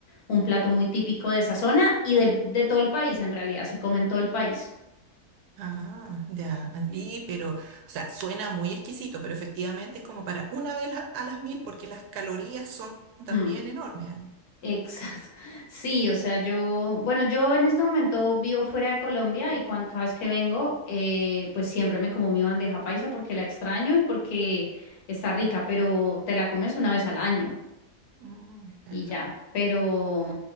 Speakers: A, on the left (about 75°); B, on the right (about 80°).
A: un plato muy típico de esa zona y del- de todo el país, en realidad, se come en todo el país.
B: Ah, ya. Y, pero, o sea, suena muy exquisito, pero efectivamente es como para una vez a, a las mil, porque las calorías son también
A: Hmm,
B: enormes.
A: exacto. <laughs> Sí, o sea, yo, bueno, yo en este momento vivo fuera de Colombia y cuan- cada vez que vengo, eh, pues siempre me como mi bandeja paisa porque la extraño y porque está rica, pero te la comes una vez al año
B: Mm, claro.
A: y ya. Pero,